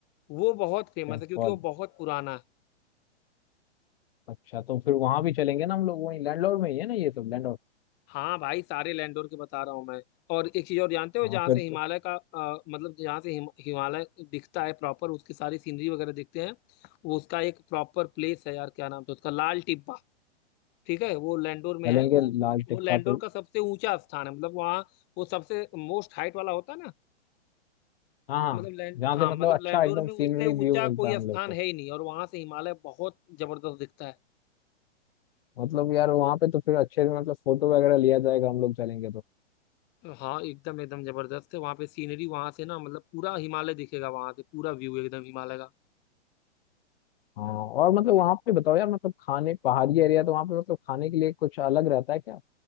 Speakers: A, on the left (about 30°); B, on the left (about 55°).
A: वो बहुत फेमस
B: Saint
A: है क्योंकि
B: Paul
A: वो बहुत पुराना है
B: अच्छा तो फिर वहां भी चलेंगे ना हम लोग वहीं लैंडलॉर्ड में ही है ना ये सब लैंडलॉर्ड
A: हाँ भाई सारे लैंडोर के बता रहा हूँ मैं और एक चीज और जानते हो
B: हाँ
A: जहाँ
B: फिर
A: से हिमालय
B: तो
A: का अ, मतलब जहाँ से हिम, हिमालय दिखता है प्रॉपर उसकी सारी सीनरी वगैरह दिखते हैं वो उसका एक प्रॉपर प्लेस है यार क्या नाम था उसका लाल टिब्बा ठीक है वो लैंडोर में
B: चलेंगे
A: है वो
B: लाल
A: वो वो
B: टिक्का
A: लैंडोर
B: पे
A: का सबसे ऊंचा स्थान है मतलब वहाँ वो सबसे मोस्ट हाइट वाला होता है ना
B: हाँ हाँ
A: मतलब लैंड
B: जहाँ
A: हाँ
B: से मतलब
A: मतलब
B: अच्छा
A: लैंडोर
B: एकदम
A: में
B: सीनरी
A: उससे ऊंचा
B: व्यू मिलता
A: कोई
B: है हम
A: स्थान
B: लोग को
A: है ही नहीं और वहां से हिमालय बहुत जबरदस्त दिखता है
B: मतलब यार वहाँ पे तो फिर अच्छे से मतलब फोटो वगैरह लिया जाएगा हम लोग चलेंगे तो
A: हाँ एकदम एकदम जबरदस्त है वहां पे सीनरी वहां से ना मतलब पूरा हिमालय दिखेगा वहां से पूरा व्यू एकदम हिमालय का
B: हाँ और मतलब वहाँ पे बताओ यार मतलब खाने पहाड़ी एरिया तो वहाँ पे मतलब खाने के लिए कुछ अलग रहता है क्या